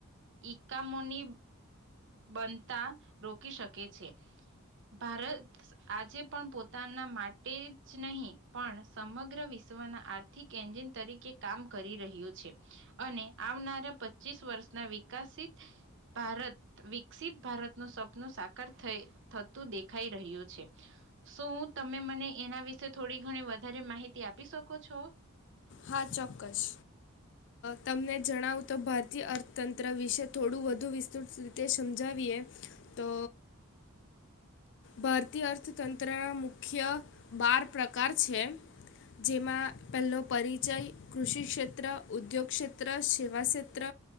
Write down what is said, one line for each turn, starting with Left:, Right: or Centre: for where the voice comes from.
Right: ઈકામોની બનતા રોકી શકે છે. ભારત આજે પણ પોતાના માટે જ નહીં પણ સમગ્ર વિશ્વના આર્થિક એન્જિન તરીકે કામ કરી રહ્યું છે અને આવનારા પચીસ વર્ષના વિકસિત ભારત વિકસિત ભારતનું સપનું સાકાર થ થતું દેખાઈ રહ્યું છે શું તમે મને એના વિશે થોડી ઘણી વધારે માહિતી આપી શકો છો?
Left: હા ચોક્કસ તમને જણાવુ તો ભારતીય અર્થતંત્ર વિશે થોડું વધુ વિસ્તૃત રીતે સમજાવીએ તો ભારતીય અર્થતંત્રના મુખ્ય બાર પ્રકાર છે. જેમાં પહેલો પરિ જઈ કૃષિ ક્ષેત્ર, ઉદ્યોગક્ષેત્ર, સેવા સેત્ર,